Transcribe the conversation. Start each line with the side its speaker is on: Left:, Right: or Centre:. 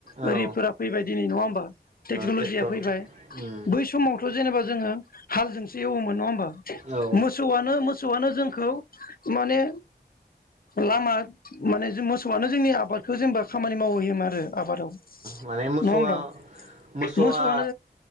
Right: औ
Left: होरिफोरा
Right: ओ
Left: फैबाय दिनै नङा होमबा टेकनलजिया
Right: ट्रेक्टर
Left: फैबाय
Right: उम
Left: बै समावथ जेनेबा जोङो हालजोंसो एवोमोन नङा होबा
Right: औ ओ
Left: मोसौआनो मोसौआनो जोंखौ माने लामा माने मोसौआनो जोंनि आबादखौ जेनेबा खामानि मावहैयोमोन आरो आबादाव
Right: माने मोसौआ
Left: नङा होमबा
Right: मोसौआ
Left: मोसौआनो